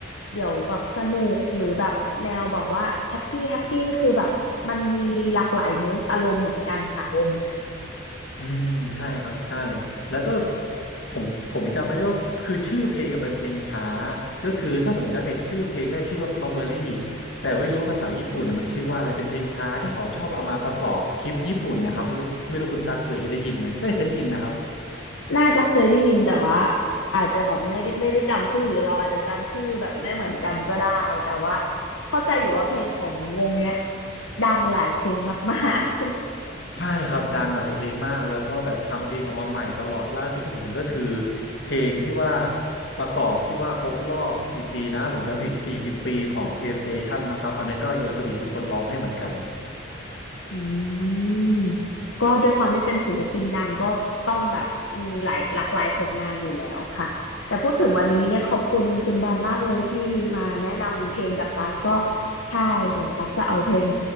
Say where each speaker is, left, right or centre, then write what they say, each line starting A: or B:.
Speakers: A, on the left; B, on the left.
A: เดี๋ยวแบบสนุกหรือแบบแนวแบบว่าแฮปปี้แฮปปี้คือแบบมันมีหลากหลายมูดอารมณ์เหมือนกันค่ะวงเนี้ย
B: อืมใช่ครับใช่แล้วก็ผมผมจำไม่ได้ว่าคือชื่อเพลงอะเป็นเพลงช้าก็คือถ้าผมจำผิดชื่อเพลงได้ชื่อว่า Probably แต่ไม่รู้ภาษาญี่ปุ่นอะมันชื่อว่าอะไรเป็นเพลงช้าที่เขาชอบเอามาประกอบคลิปญี่ปุ่นนะครับไม่รู้ไม่รู้คุณตาเคยได้ยินไหมได้เคยได้ยินนะครับ
A: น่าจะเคยได้ยินแต่ว่าอาจจะแบบไม่ได้ไม่ได้จำชื่อหรือเราอาจจะจำชื่อแบบไม่เหมือนกันก็ได้แต่ว่าเข้าใจอยู่ว่าเพลงของวงเนี้ยดังหลายเพลงมากๆ
B: ใช่ครับดังหลายเพลงมากแล้วก็แบบทำเพลงออกมาใหม่ตลอดล่าสุดที่ผมเห็นก็คือเพลงที่ว่าประกอบที่ว่าครบรอบกี่ปีนะผมจำผิดสี่สิบปีของ PlayStation มั้งครับอันนั้นก็โยอาสบิเป็นคนร้องให้เหมือนกัน
A: <laughs> อืมก็ด้วยความที่เป็นศิลปินดังก็ต้องแบบมีหลายหลากหลายผลงานอยู่แล้วค่ะแต่พูดถึงวันนี้เนี่ยขอบคุณคุณบานมากเลยที่มาแนะนำเพลงกับตั๊กก็ใช่เดี๋ยวตั๊กจะเอาเพลง